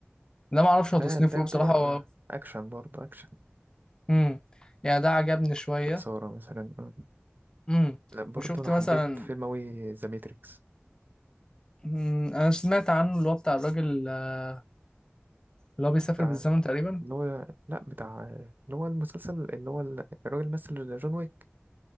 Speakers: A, on the left (about 20°); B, on the right (about 50°).
A: ده ما اعرفش هو
B: ده
A: تصنيفه
B: ده يعتبر
A: ايه بصراحة هو
B: اكشن برضه اكشن
A: امم يعني ده عجبني شوية
B: واثاره مثلا آه.
A: امم
B: لا برضه
A: وشفت
B: انا حبيت
A: مثلا
B: فيلم اوي ذا ماتريكس
A: مم، انا سمعت عنه اللي هو بتاع الراجل آه، اللي هو بيسافر
B: بتاع
A: بالزمن تقريبا
B: اللي هو لا بتاع اللي هو المسلسل اللي هو ال- الراجل مثل جون ويك